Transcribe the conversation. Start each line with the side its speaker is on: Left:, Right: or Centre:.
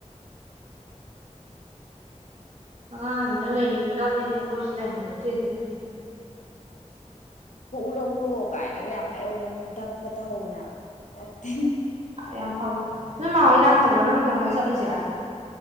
Right: ꯑꯉꯥꯡꯅꯤꯅ ꯂꯩꯅꯤꯡꯗꯕꯅꯤꯅꯦ ꯑꯩꯈꯣꯏꯁꯨ ꯂꯩꯅꯤꯡꯉꯛꯇ꯭ꯔꯤꯗꯨꯅꯦ
Left: ꯎꯎꯔꯣ ꯀꯥꯏꯅꯒ ꯌꯥꯝ ꯍꯥꯏꯍꯧꯕꯅꯦ ꯗꯞꯀ ꯍꯧꯕꯅꯦ ꯍꯥꯏꯕ ꯄꯛꯇꯦ
Right: ꯌꯥꯝ ꯐꯕ ꯅꯣꯏ ꯃꯥ ꯍꯣꯏ ꯂꯥꯛꯇꯕ꯭ꯔꯣ ꯅꯪ ꯗꯪꯂꯣ ꯆꯠꯂꯤꯁꯦ